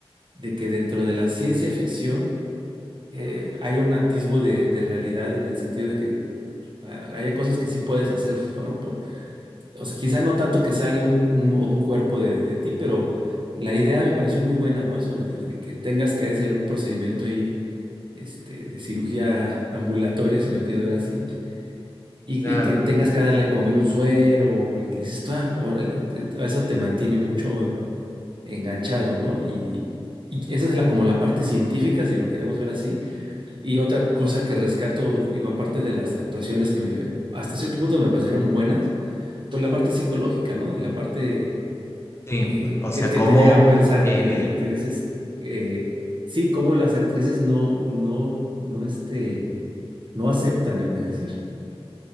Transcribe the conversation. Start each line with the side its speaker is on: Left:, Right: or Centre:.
Right: de que dentro de la ciencia ficción eh, haya un atisbo de, de realidad en el sentido de que ah, haya cosas que sí puedes hacer, ¿no? Por- o sea, quizá no tanto que salga un, un- un cuerpo de, de ti, pero la idea me pareció muy buena, ¿no? Eso de de que tengas que hacer un procedimiento ahí, este, de cirugía ambulatoria, si lo quieres ver así y,
Left: Claro.
Right: y que tengas que darle de comer un suero y que dices, tú, ah, órale, te- te- eso te mantiene mucho enganchado, ¿no? Y, y esa es la, como la parte científica, si lo queremos ver así. Y otra cosa que rescato, digo, aparte de las actuaciones que me, hasta cierto punto me parecieron buenas, pues la parte psicológica, ¿no? La parte
Left: Sí,
Right: eh,
Left: o
Right: que,
Left: sea,
Right: que
Left: como
Right: te llega a pensar,
Left: eh,
Right: que, que dices, eh, sí, como las actrices no, no, no, este, no aceptan envejecer.